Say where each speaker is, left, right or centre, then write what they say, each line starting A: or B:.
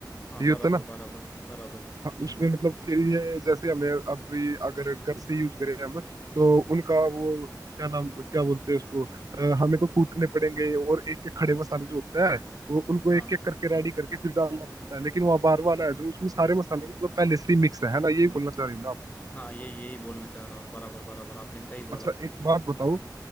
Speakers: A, on the left (about 20°); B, on the right (about 55°).
A: हाँ
B: ये
A: बराबर
B: होता है ना
A: बराबर बराबर
B: हाँ, उसमें मतलब फिर ये जैसे हमें अभी अगर घर से यूज करें हम तो उनका वो क्या नाम क्या बोलते हैं उसको अ, हमें तो कूटने पड़ेंगे और एक एक खड़े मसाले जो होता है वो उनको
A: हाँ
B: एक एक करके रेडी करके फिर डालना पड़ता है लेकिन वो बाहर वाला है जो उसमें सारे मसाले मतलब पहले से ही मिक्स है है ना यही बोलना चाह रही हूँ ना आप
A: हाँ ये यही बोलना चाह रहा हूँ बराबर बराबर आपने सही बोला
B: अच्छा एक बात बताओ